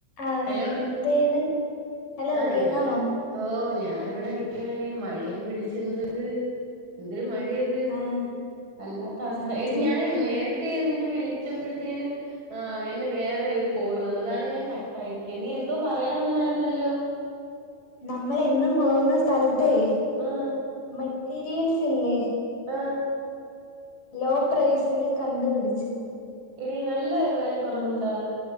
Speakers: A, on the left; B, on the right.
A: ആഹ് എൻ
B: ഹലോ
A: എന്തേന്ന് ഹലോ
B: ആഹ്
A: കേക്കാമോ
B: ഞാൻ ഓ ഞാൻ ഇവിടെ നിക്ക്ണെടീ മഴയും പിടച്ച് എന്ത ഇത് എന്തൊരു മഴത് ത്
A: ആഹ്
B: അല്ലാത്ത അവസ്ഥ
A: സത്യം
B: എടി ഞാൻ നേര ത്തെ നിന്നെ വിളിച്ചപ്പെടുത്തേനും ആഹ് എന്നെ വേറെ ഒരു കോൾ വന്നു അതാണ് ഞാൻ കട് തയ്ക്ക നീ എന്തോ പറയാൻ വന്നാരുന്നല്ലോ
A: നമ്മളെന്നും പോകുന്ന സ്ഥലത്തേ
B: ആഹ്
A: മെറ്റീരിയൽസില്ലേ
B: ആഹ്
A: ലോ പ്രസില് കണ്ടുപിടിച്ച്
B: എടി നല്ല വെലക്കോറവോണ്ടാ